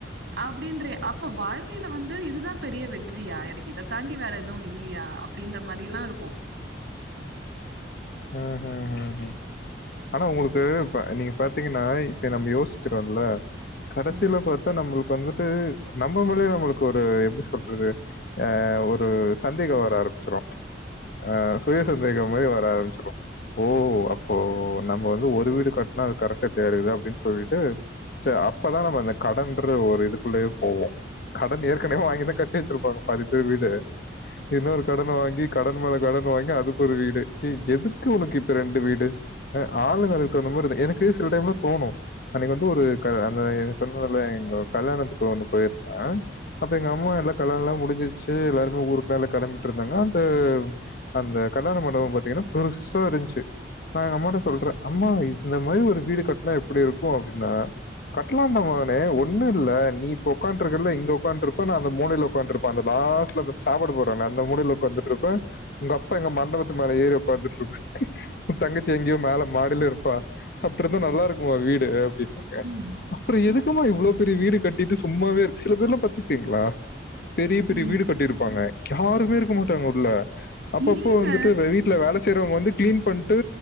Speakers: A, on the right; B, on the left.
A: அப்டின்றே அப்ப வாழ்க்கையில வந்து இதுதா பெரிய வெற்றியா எனக்கு இத தாண்டி வேற எதுவும் இல்லையா அப்டின்ற மாரில்லா இருக்கு
B: ஹ்ம் ஹ்ம் ஹ்ம் ஹ்ம் ஆனா உங்களுக்கு
A: ம்
B: இப்ப நீங்க பாத்தீங்கன்னா இப்ப நம்ப யோசிக்கிறோல்ல கடசில
A: ம்
B: பாத்தா நம்புளுக்கு வந்துட்டு நம்ப மேலயே நம்பளுக்கு ஒரு எப்டி சொல்றது ஆ ஒரு சந்தேகம் வர ஆரம்பிச்சிரு ம்ச் ஆ சுய சந்தேகம் மாரி வர ஆரம்பிச்சி ஓ அப்போ நம்ம வந்து ஒரு வீடு கட்னா அது கரெட்டா தேறது அப்டின் சொல்ட்டு ச அப்பதா நம்ம அந்த கடன்ற ஒரு இதுக்குள்ளயே போவோ கடன் ஏற்கனவே வாங்கிதா கட்ட கட்டிவச்சிருப்பாங்க பாதி பேர் வீடு இன்னொரு கடன வாங்கி கடன் மேல கடன் வாங்கி அதுக்கு ஒரு வீடு ஏ எதுக் க்கு உனக்கு இப்ப ரெண்டு வீடு ம் ஆளுங்க அதுக்கு தவுந்த மா <unintelligible> எனக்கு சில டைம்லா தோணு அன்னக்கி வந்து ஒரு க அந்த எது சொல்வேல எங்க கல்யாணத்துக்கு வந்து பேயிருந்த அப்ப எங்க அம்மா எல்லா கல்லாணலா முடிஞ்ச்சிருச்சி எல்லாருமே ஊருக்குலா எல்லா களம்பிட்ருந்தாங்க அந்த அந்த கல்யாண மண்டபம் பாத்தீங்கன்னா பெருசா இருஞ்ச்சு நா எங்க அம்மாட்ட சொல்ற அம்மா இந்த மாரி ஒரு வீடு கட்னா எப்புடி இருக்கு அப்படின்னா கட்லாண்ட மகனே ஒண்ணு இல்ல நீ இப்ப உக்காண்ட்ருக்கல்ல இங்க உக்காண்ட்ருப்ப நா அந்த மூலையில ஒக் உக்காண்ட்ருப்ப அந்த லாஸ்ட்ல சாப்பாடு போடுறானே அந்த மூலைல ஒக் உக்காந்துட்ருப்ப உங்க அப்பா எங்க மண்டபத்து மேல ஏறி உக்காந்துட்ருப்பாரு உ தங்கச்சி எங் இவ மேல மாடில இருப்பா அப்ட்ருந்தா நல்லா இருக்குமா வீடு அப்டினாங்க
A: ம்
B: அப்புறோ எதுக்குமா இவ்ளோ பெரிய வீடு கட்டிட்டு சும்மாவே இருக்கு சில பேர்லா பாத்தித்திங்ளா பெரிய பெரிய
A: ம்
B: வீடு கட்டிருப்பாங்க யாருமே இருக்க மாட்டாங்க உள்ள அப்பப்போ
A: இல்லங்க
B: வந்துட்டு வே வீட்ல வேலஸ் செய்றவங்க வந்து கிளீன் பண்ட்டு